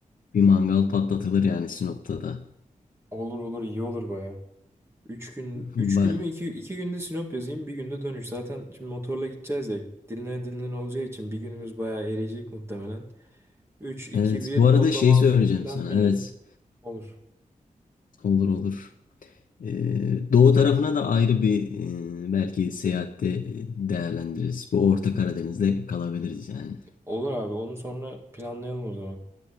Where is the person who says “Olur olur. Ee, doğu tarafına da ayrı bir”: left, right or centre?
Left